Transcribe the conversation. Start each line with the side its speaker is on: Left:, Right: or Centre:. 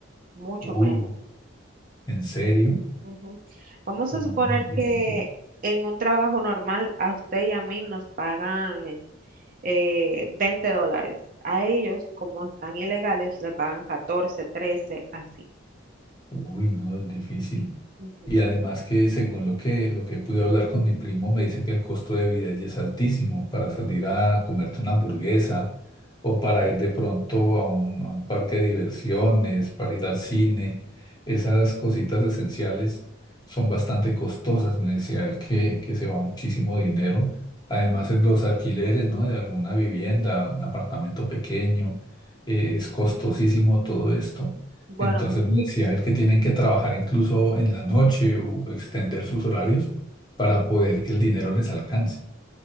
Right: mucho
Left: uy,
Right: menos.
Left: ¿en serio?
Right: Ujú. Vamos
Left: No,
Right: a suponer
Left: es difícil.
Right: que en un trabajo normal a usted y a mí nos pagan eh, 20 dólares. A ellos, como están ilegales, le pagan catorce trece así.
Left: Uy, no, es difícil.
Right: Ujú,
Left: Y además que según lo que, lo que pude hablar con mi primo, me dice que el costo de vida allí es altísimo para salir a comerte una hamburguesa o para ir de pronto a un, a un parque de diversiones, para ir al cine. Esas cositas esenciales son bastante costosas, me decía él que, que se va muchísimo dinero. Además en los alquileres, ¿no? De alguna vivienda, un apartamento pequeño, eh, es costosísimo todo esto.
Right: Bueno,
Left: Entonces me decía él que tienen que trabajar incluso en la noche
Right: ujú.
Left: o extender sus horarios para poder que el dinero les alcance.